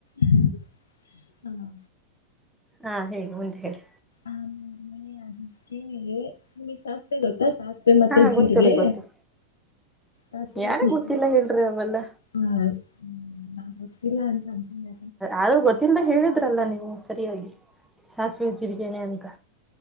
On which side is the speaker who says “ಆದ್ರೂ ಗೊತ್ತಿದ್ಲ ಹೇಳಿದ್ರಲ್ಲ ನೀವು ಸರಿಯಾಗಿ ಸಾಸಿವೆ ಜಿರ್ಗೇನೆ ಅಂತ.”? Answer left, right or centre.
Centre